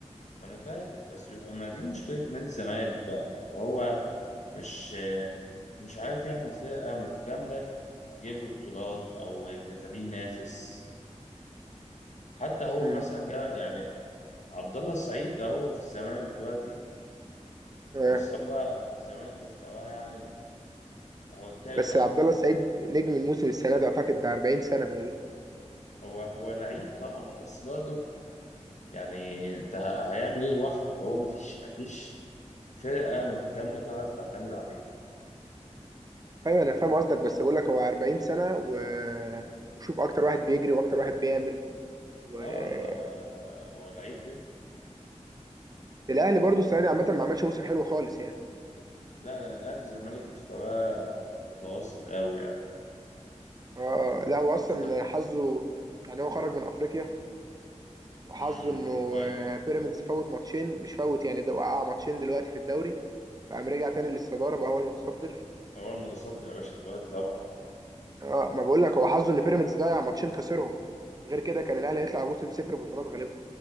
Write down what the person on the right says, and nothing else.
امم
آه.
بس
عبد الله السعيد نجم الموسم السنه دي اعتقد ده 40 سنه بيقول لي
ايوه انا فاهم قصدك بس بقول لك هو 40 سنه و... وشوف اكتر واحد بيجري واكتر واحد بيعمل و
آه.
الاهلي برضو السنه دي عامه ما عملش موسم حلو خالص يعني
اه لا هو اصلا
حظه يعني هو خرج من افريقيا وحظه
انه
آه، بيراميدز فوت ماتشين مش فوت يعني ده وقع ماتشين دلوقتي في الدوري فقام رجع تاني للصدارة بقى هو المتصدر
اه ما بقول لك هو حظه ان بيراميدز ضيع ماتشين خسرهم غير كده كان الاهلي هيطلع موسم صفر بطولات غالبا